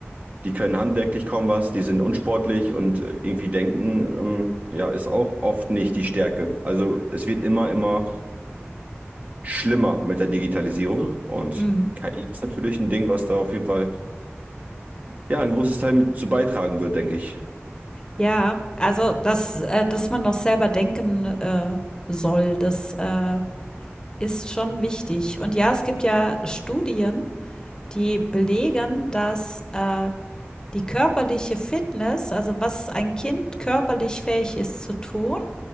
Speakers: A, on the right; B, on the left.
A: Die können handwerklich kaum was, die sind unsportlich und äh, irgendwie denken, ähm, ja, ist auch oft nicht die Stärke. Also es wird immer, immer schlimmer mit der Digitalisierung und
B: Mhm.
A: KI ist natürlich ein Ding, was da auf jeden Fall ja, ein großes Teil mit zu beitragen wird, denke ich.
B: Ja, also dass, äh, dass man noch selber denken äh, soll, das äh, ist schon wichtig. Und ja, es gibt ja Studien, die belegen, dass äh, die körperliche Fitness, also was ein Kind körperlich fähig ist zu tun,